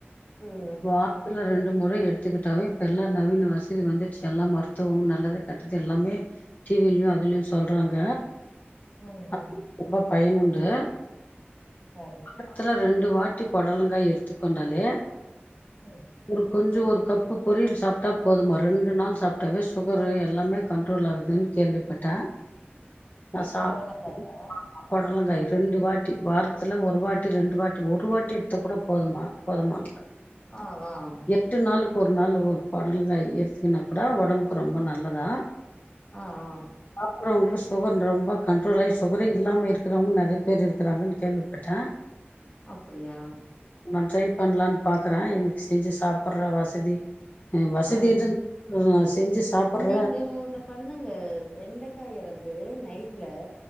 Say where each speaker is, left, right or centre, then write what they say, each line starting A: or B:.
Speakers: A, on the left; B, on the left.
A: ம்
B: வார்த்ல ரெண்டு முறை எடுத்துக்கிட்டாவே இப்ப எல்லா நவீன வசதி வந்துடுச்சு எல்லா மருத்துவம் நல்லது கெட்டது எல்லாமே டிவிலயும் அதுலயும் சொல்றாங்க
A: உம் ம்
B: அது ரொம்ப பயனுண்டு
A: சரி
B: த்துல ரெண்டு வாட்டி பொடலங்காய் எடுத்துக் கொண்டாலே
A: ம்
B: ஒரு கொஞ்ஜோ ஒரு கப்பு பொரியல் சாப்ட்டா போதுமா ரெண்டு நாள் சாப்ட்டாவே சுகரு எல்லாமே கண் ட்ரோல் ஆகுதுனு கேள்விப்பட்ட நா
A: இது
B: சாப்
A: பொடலங்காயா
B: பொடலங்காய் ரெண்டு வாட்டி வாரத்துல ஒரு வாட்டி ரெண்டு வாட்டி ஒரு வாட்டி எடுத்தா கூட போதுமா போதுமா ஆ
A: ஆஹ் ஆஹ்
B: எட்டு நாளுக்கு ஒரு நாளு ஒரு பொடலங்க எடுத்துக்னா கூட ஒடம்புக்கு ரொம்ப நல்லதா
A: ஆஹ் ஆஹ்
B: சாப்பறவங்களுக்கு சுகர் ரொம்ப கண்ட்ரோல் ஆய் சுகரே இல்லாம இருக்குறவங்க நறைய பேர் இருக்குறாங்கன்னு கேள்விப்பட்டேன்
A: அப்படியா
B: நான் ட்ரை பண்ணலான் பாக்குறேன் எனக்கு செஞ்சு சாப்டுடற வசதி ய வசதி
A: ஆ
B: இருக்கறது செஞ்சு சாப்பட்ற
A: நீங்க ஒண்ணு பண்ணுங்க வெண்டக்காய வந்து நைட்ல